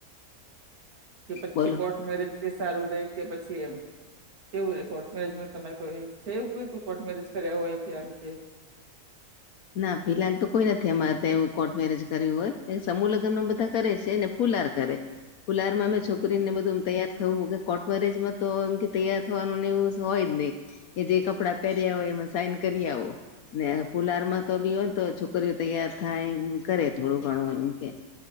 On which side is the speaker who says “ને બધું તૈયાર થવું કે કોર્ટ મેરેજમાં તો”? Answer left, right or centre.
Left